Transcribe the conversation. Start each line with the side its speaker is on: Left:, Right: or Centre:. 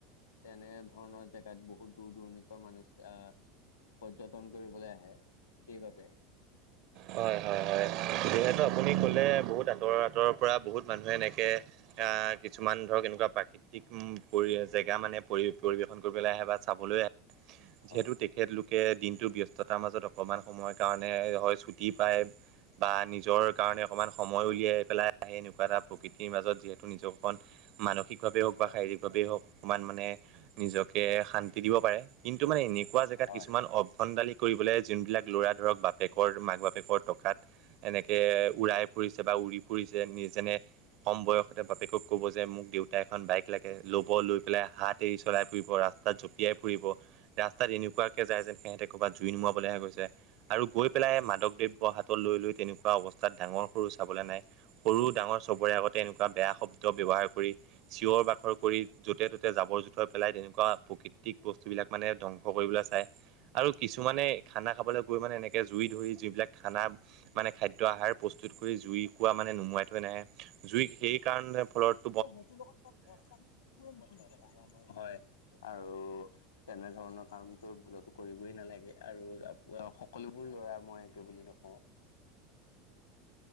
Left: তেনে ধৰণৰ জেগাত বহুত দূৰ-দূৰণিৰ পৰা মানুহ আহ পৰ্যটন কৰিবলৈ আহে। সেই বাবে
Right: হয় হয় হয় যিহেতু আপুনি কলে বহুত আতৰ আতৰ পৰা বহুত মানুহে এনেকে। আহ কিছুমান ধৰক এনেকুৱা প্ৰাকৃতিক পৰি জেগা মানে পৰি পৰিবেশন কৰিবলৈ আহে বা চাবলৈ আহে। যিহেতু
Left: হয়
Right: তেখেতলোকে দিনটোৰ ব্যস্ততাৰ মাজত অকণমান সময়ৰ কাৰণে হৈ চুটি পাই পায় বা নিজৰ কাৰণে <unintelligible> অকণমান সময় উলিয়াই পেলাই আহে এনেকুৱা এটা প্ৰকৃতিৰ মাজত যিহেতু নিজক অকমান মানসিকভাৱে হওক
Left: হয়
Right: বা শাৰীৰিক ভাবে হওক অকণ হওক মানে নিজকে শান্তি দিব পাৰে। কিন্তু মানে এনেকুৱা জেগাত
Left: হয়
Right: কিছুমান অভ ন্দালি কৰিবলৈ জোনবিলাক ল'ৰা ধৰক বাপেকৰ মাক বাপেকৰ <unintelligible> টকাত এনেকে উৰাই ফুৰিছে বা উৰি ফুৰিছে ফুৰিছে নি যেনে কম বয়সতে বাপেকক ক'ব যে মোক দেউতা এখন বাইক লাগে ল'ব লৈ পেলাই লৈ পেলাই হাত দেৰি চলাই ফুব ৰাস্তাত জঁপিয়াই ফুৰিব ৰাস্তাত এনেকুৱাকে যায় যেন সিহঁতে কৰবাত জুই নোমাবলৈ আহ হৈ গৈছে। আৰু গৈ পেলাই মাদক দ মাদক দ্ৰব্য হাতত লৈ লৈ তেনেকুৱা অৱস্থাত ডাঙৰ-সৰু চাবলৈ নাই। সৰু-ডাঙৰ চবৰে আগতে এনেকুৱা বেয়া শব্দ ব্যৱহাৰ কৰি চিঞৰ-বাখৰ কৰি য'তে ত'তে জাবৰ-জোথৰ পেলাই তেনেকুৱা প্ৰকৃতিক বস্তুবিলাক বিলাক মানে ধ্বংস কৰিবলৈ চায়। আৰু কিছুমানে খানা খাবলৈ গৈ মানে এনেকে জুই ধৰি যিবিলাক খানা মানে খাদ্য আহাৰ প্ৰস্তুত কৰি জুই কোৱা মানে নুমুৱাই থৈ নাহে। জুই সেই কাৰণে ইয়াৰ ফলত
Left: এই সেইটোৰ লগত, তই কচম একোৱেই নহয়। হয়, আৰু তেনেধৰণৰ কামতো ভুলতো কৰিবই নালাগে। আৰু সকলোবোৰ ল'ৰাক মই এইটো বুলি নকওঁ।